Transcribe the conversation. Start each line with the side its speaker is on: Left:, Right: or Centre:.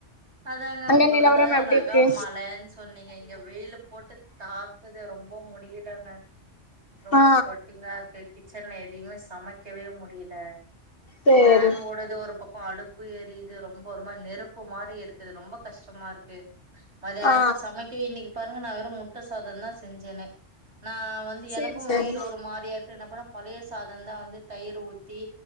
Right: அதாங்க
Left: அங்க
Right: உங்களுக்குதாவது
Left: நிலவரம் எப்டி
Right: அழகா
Left: இருக்கு
Right: மழைன்னு சொன்னீங்க இங்க வெயிலு போட்டு தாக்குது ரொம்ப முடியலங்க ரொம்ப
Left: ஆ
Right: ஸ்வட்டிங்கா இருக்கு கிச்சன்ல எதையுமே சமைக் க்கவே முடியல
Left: சேரி
Right: ஃபேன் ஓடுது ஒரு பக்கோ அடுப்பு எறியுது ரொம் ம்ப ஒரு மாரி நெருப்பு மாரி இருக்குது ரொம்ப கஷ்டமா இருக்கு மதியானத்த
Left: ஆ
Right: சமைக்கவே இன்னைக்கி பாருங்க நா வெறும் முட்ட சாதம் தா செஞ்சேனே நா வந்து
Left: சேரி
Right: எனக்கும்
Left: சரி
Right: வயிறு ஒரு மாரியா இருக்கு என்ன பண்ண பழைய சாதம் தா வந்து தயிர் ஊத் தி